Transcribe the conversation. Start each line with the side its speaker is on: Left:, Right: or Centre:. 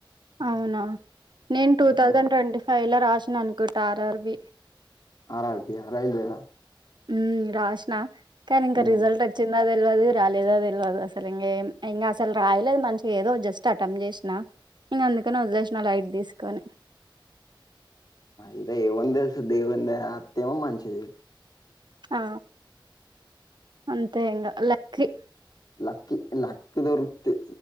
Right: అవునా నేను టూ
Left: ఇట
Right: థౌజండ్ ఇలా రాషిననుకుటా R R B
Left: R R B ఆ రైల్వేలా
Right: మ్మ్ రాష్నా కానీ ఇంక
Left: ఉమ్
Right: రిజల్ట్ చింద తెల్వదు రాలేదా తెల్వదు అసలు ఇంగేం ఇంగ అసలు రాయలేదు మంచిగా ఏదో జస్ట్ అటెంప్ట్ జేషినా ఇంగ అందుకని వదిలేషిన లైట్ దీస్కోని
Left: ఇగ ఏవన్ దెల్సు దేవుని దయ అత్తేమో మంచిది
Right: ఆ అంతే ఇంగా లక్కీ
Left: లక్కీ లక్ దొరుకుతే